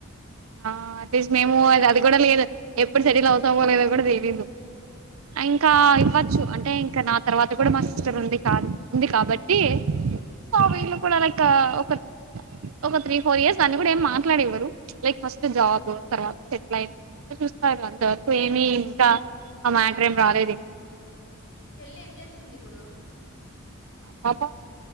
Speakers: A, on the right; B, on the left.
A: ఆ అట్ మేము అది అది కూడా లేదు ఎప్పుడు సెటిల్ అవుతామో లేదో కూడా తెలియ ఇంకా ఇవ్వచ్చు అంటే ఇంకా నా తర్వాత కూడా మా సిస్టర్ ఉంది ఉంది కాబట్టి సో వీళ్ళు కూడా లైక్ ఒక ఒక త్రీ ఫోర్ ఇయర్స్ అని కూడా ఏమి మాట్లాడేవ్వరు లైక్ ఫస్ట్ జాబ్ తర్వాత సెటిల్ అయిన తర్వాత చూస్తారు అంతవరకు ఏమి ఇంకా ఆ మ్యాటర్ ఏం రాలేదు ఇం
B: చెల్లిె ఏం చేస్తుంది ఇప్పుడు
A: పాప